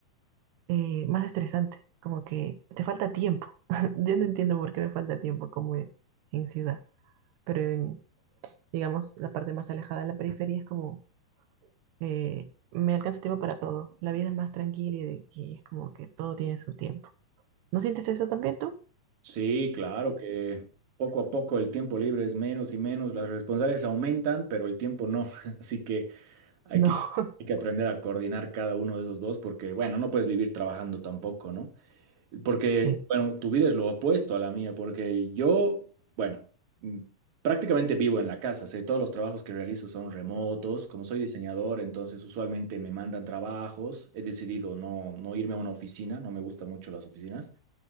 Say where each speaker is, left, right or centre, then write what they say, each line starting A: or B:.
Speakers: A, on the right (about 80°); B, on the right (about 45°).
A: eh, más estresante, como que te falta tiempo. <laughs> Yo no entiendo por qué me falta tiempo como en, en ciudad, pero en, digamos, la parte más alejada de la periferia es como, eh, me alcanza tiempo para todo. La vida es más tranquila y, de- y es como que todo tiene su tiempo. ¿No sientes eso también tú?
B: sí, claro que poco a poco el tiempo libre es menos y menos, las responsabilidades aumentan, pero el tiempo no. <laughs> Así que hay
A: No,
B: que,
A: <laughs>
B: hay que aprender a coordinar cada uno de esos dos, porque bueno, no puedes vivir trabajando tampoco, ¿no? Porque,
A: sí,
B: bueno, tu vida es lo opuesto a la mía, porque yo, bueno, mm, prácticamente vivo en la casa, sé, todos los trabajos que realizo son remotos, como soy diseñador, entonces usualmente me mandan trabajos, he decidido no, no irme a una oficina, no me gustan mucho las oficinas,